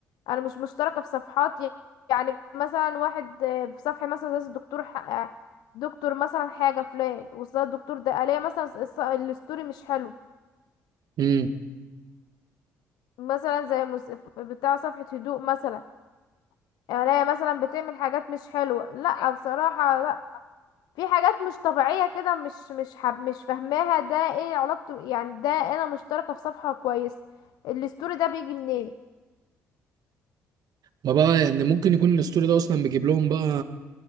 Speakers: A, on the left (about 70°); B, on the right (about 60°).
A: انا مش مشتركه في صفحات ي- يعني مثلا واحد آه، في صفحه مثلا زي الدكتور ح- آه، دكتور مثلا حاجه فلان وصل الدكتور ده الاقي مثلا الص- الص- الاستوري مش حلو
B: امم
A: مثلا زي مس... بتاع صفحه هدوء مثلا الاقي مثلا بتعمل حاجات مش حلوه لا بصراحه لا في حاجات مش طبيعية كده مش مش حب مش فاهماها ده ايه علاقته يعني ده انا مشتركة في صفحة كويس الستوري ده بيجي منين
B: ما بقى يعني ممكن يكون الاستوري ده أصلا بيجيب لهم بقى